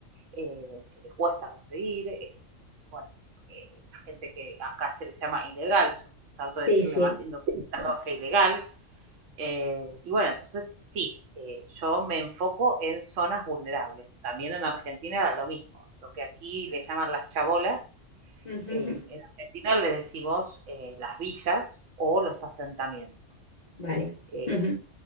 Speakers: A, on the right (about 75°); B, on the left (about 55°).
A: eh, que le cuesta conseguir. eh, bueno, eh, la gente que acá se le llama ilegal, yo trato
B: Sí,
A: de decirle
B: sí.
A: más indocumentado que ilegal. eh, y bueno, entonces sí, eh, yo me enfoco en zonas vulnerables. También en Argentina era lo mismo. Lo que aquí le llaman las chabolas,
B: <laughs> Ujú.
A: en, en Argentina le decimos eh, las villas o los asentamientos.
B: Vale.
A: Eh,
B: Ujú.